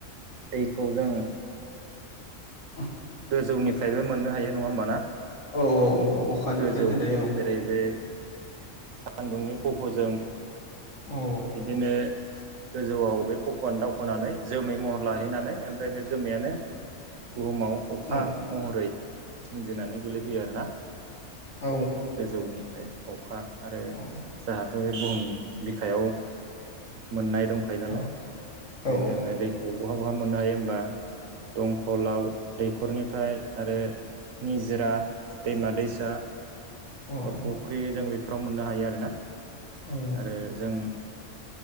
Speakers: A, on the right; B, on the left.
A: दैखौ जों
B: अ
A: गोजौनिफ्रायबो मोननो हायो नङा होमबा ना?
B: औ औ अखानिफ्राय
A: गोजौ
B: औ
A: जेरै बे सान्दुंनि खफ'जों
B: औ
A: बिदिनो गोजौआव बे खफ'आनो दावखोनानै जोमै महर लाहैनानै ओमफ्राय बे जोमैयानो बुहुमाव अखा
B: औ
A: महरै सोमजिनानै गेलेफैयो आरोना
B: औ
A: गोजौनिफ्राय अखा आरो
B: औ
A: जोहाथ' बे बुहुम बिखायाव मोननाय दंखायो नालाय।
B: औ
A: जेरै
B: औ
A: जोङो दैखौ बहा बहा मोननो हायो होमबा। दंखलाव दैखरनिफ्राय आरो निजिरा- दैमा दैसा
B: औ
A: बा फख्रि जों बेफोराव मोननो हायो आरो ना।
B: औ
A: आरो जों